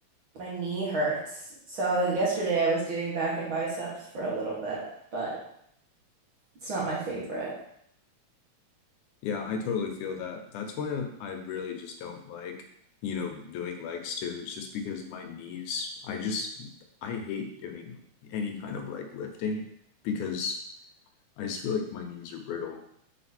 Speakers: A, on the right; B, on the left.
A: my knee hurts. So yesterday I was doing back and biceps for a little bit, but it's not my favorite.
B: Yeah, I totally feel that. That's why I I really just don't like, you know, doing legs too. It's just because my knees, I just I hate doing any kind of leg lifting because I just feel like my knees are brittle.